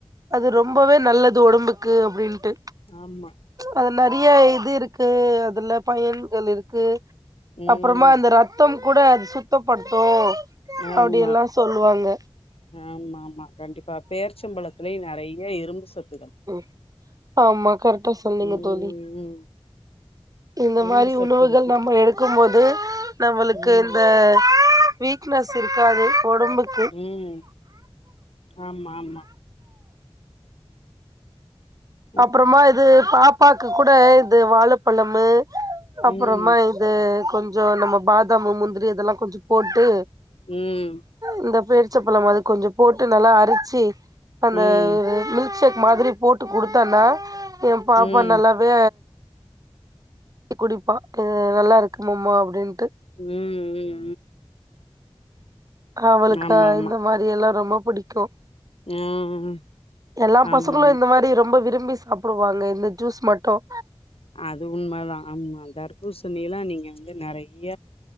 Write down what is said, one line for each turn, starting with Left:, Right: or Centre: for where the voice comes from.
Right: அது ரொம்பவே நல்லது உடம்புக்கு அப்படின்ட்டு
Left: ஆமா
Right: அதுல நிறைய இது இருக்கு அதுல பயன்கள் இருக்கு
Left: ம்
Right: அப்புறமா அந்த ரத்தம் கூட அது சுத்தப்படுத்தும்
Left: ஆமா
Right: அப்படி எல்லா சொல்லுவாங்க
Left: ஆமா ஆமா கண்டிப்பா பேர்ச்சம்பழத்திலயு நிறைய இரும்பு சத்து
Right: ம் ஆமா கரெக்டா சொன்னீங்க
Left: ம்
Right: தோழி
Left: <inaudible>
Right: இந்த
Left: இரும்பு
Right: மாதிரி
Left: சத்து
Right: உணவுகள்
Left: இருக்கு
Right: நம்ம எடுக்கும் போது நம்மளுக்கு
Left: ம்
Right: இந்த வீக்னஸ் இருக்காது உடம்புக்கு
Left: உம் ஆமா ஆமா உ <inaudible>
Right: அப்புறமா இது பா அப்பாக்கு கூட இது வாழப்பழமு அப்புறமா
Left: ம்
Right: இது கொஞ் சம் நம்ம பாதாம் முந்திரி இதெல்லா கொஞ்சம் போட்டு
Left: உம்
Right: இந்த பேரிச்சப்பழம் அது கொஞ்ச போட்டு நல்லா அரிச்சு அந்த
Left: ம்
Right: மில்க் ஷேக் மாதிரி போட்டு குடுத்தன்னா எ பாப்பா
Left: ம்
Right: நல்லாவே குடிப்பா நல்லா இருக்கு மாம்மா அப்படின்ட்டு
Left: உம் உம்
Right: அவளுக்கு
Left: ஆமா ஆமா
Right: இந்த மாதிரி எல்லா ரொம்ப புடிக்கும்
Left: ம்
Right: எல்லா
Left: ஆமா
Right: பசங்களும்
Left: ஆமா
Right: இந்த மாறி ரொம்ப விரும்பி சாப்டுவாங்க இந்த ஜூஸ் மட்டும்
Left: அது உண்ம தா ஆமா தர்பூர்சன்னி எல்லா நீங்க வந்து நெறைய